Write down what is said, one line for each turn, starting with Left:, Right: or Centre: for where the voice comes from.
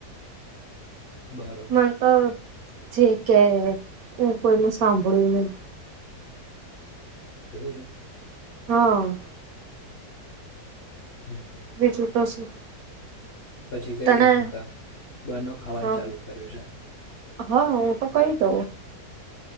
Left: બરોબર
Right: મન તો જે કે હવે હું કોઈનું સાંભળુ નહી.
Left: <inaudible>
Right: હા
Left: હમ
Right: બીજુ તો શું
Left: પછી કહી
Right: તને
Left: દેવાનું કા બારનું ખાવાનું
Right: હ
Left: ચાલુ કર્યું છે.
Right: હા હું તો કહી દઉ.